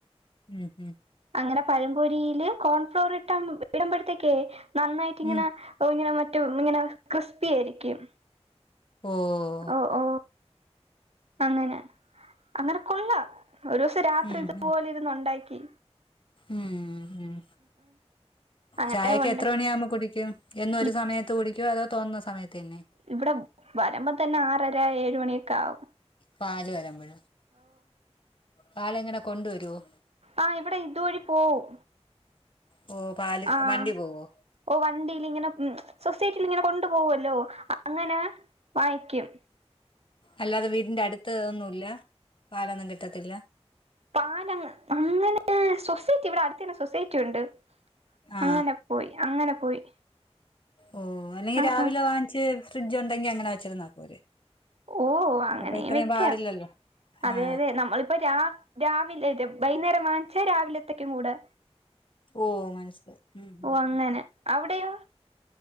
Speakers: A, on the left; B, on the right.
A: ഉം ഉം
B: അങ്ങനെ പഴപൊരിയില് കോൺഫ്ലോറിട്ടാ ഇടുമ്പഴത്തേക്കേ നന്നായിട്ട്ങ്ങനെ
A: ഉം
B: ഓ ഇങ്ങനെ മറ്റെ ഒന്നിങ്ങനെ ക്രിസ്പിയായിരിക്കും
A: ഓഹ്
B: ഓഹ് അങ്ങനെ അങ്ങനെ കൊള്ളാം ഒരൂസ രാത്രിയിതുപോലിരുന്നുണ്ടാക്കി
A: ഉം ഉം ഉം ഉം
B: അങ്ങനെ
A: ചായൊക്കെ
B: കൊണ്ട്
A: എത്ര മണിയാകുമ്പോ കുടിക്കും? എന്നും ഒരു
B: ഇ
A: സമയത്ത് കുടിക്കുവോ? അതോ തോന്നുന്ന സമയത്തന്നെ
B: ഇവടെ വരുമ്പം തന്നെ ആറര ഏഴ് മണിയൊക്കെയാകും
A: പാല് വരമ്പഴോ പാലെങ്ങനെ കൊണ്ടുവരുവോ?
B: ആഹ് ഇവടെ ഇതുവഴി പോവും
A: ഓ പാല്
B: ആഹാ
A: വണ്ടി പോവോ
B: ഓ വണ്ടീലിങ്ങനെ മ് സൊസൈറ്റിലിങ്ങനെ കൊണ്ടു പോവല്ലോ അങ്ങനെ വാങ്ങിക്കും
A: അല്ലാതെ വീടിന്റെ അടുത്ത് ഒന്നുംല്ല പാലൊന്നും കിട്ടത്തില്ല?
B: പാലങ്ങ അങ്ങനെ സൊസൈറ്റി ഇവിടെ അടുത്തന്നെ സൊസൈറ്റിയുണ്ട്
A: ആ
B: അങ്ങനെ പോയി അങ്ങനെ പോയി
A: ഓ അല്ലെങ്കി
B: ആ
A: രാവിലെ
B: ആ
A: വാങ്ങിച്ച് ഫ്രിഡ്ജുണ്ടെങ്കി അങ്ങനെ വെച്ചിരുന്നാ പോരെ?
B: ഉവ്വ് ഉവ്വ് അങ്ങനേം
A: അപ്പൊ ഇത്രയും
B: വെക്കാ
A: പാടില്ലല്ലോ
B: അതായത്
A: ആ
B: നമ്മള് ഇപ്പൊ രാ രാവിലെക്കെ വൈന്നേരം വാങ്ങിച്ചാ രാവിലെത്തേക്കും കൂടെ
A: ഓഹ് മനസ്സിലായി ഉം
B: ഓ അങ്ങനെ
A: ഉം
B: അവിടെയോ?